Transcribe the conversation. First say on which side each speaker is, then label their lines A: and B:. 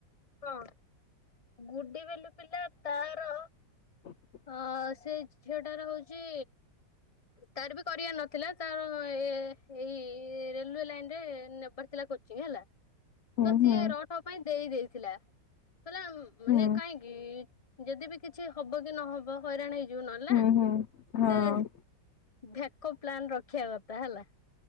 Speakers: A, on the left; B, on the left.
A: ହଁ। ଗୁଡି ବେଲ ପିଲା ତାର
B: <unintelligible>
A: ହଁ ସେଇ ଝିଅଟାର ହଉଚି ତାରବି କରିବାର ନଥିଲା ତାର ଏ ଏଇ ରେଲୱେ ଲାଇନ୍ ରେ ନବା ଥିଲା କୋଚିଂ ହେଲା।
B: <unintelligible>
A: ତ ସିଏ
B: ହୁଁ
A: ରଠ ପାଇଁ ଦେଇ ଦେଇଦେଇଥିଲା କହିଲା
B: ହୁଁ
A: ମାନେ କାହିଁକି କି ଯଦିବି କିଛି ହବକି ନହବ ହଇରାଣ ହେଇଯିବ ନହେଲେନା
B: ହୁଁ
A: ମତେ
B: ହୁଁ ହଁ
A: ବ୍ୟାକପ ପ୍ଲାନ ରଖିବା କଥା ହେଲା।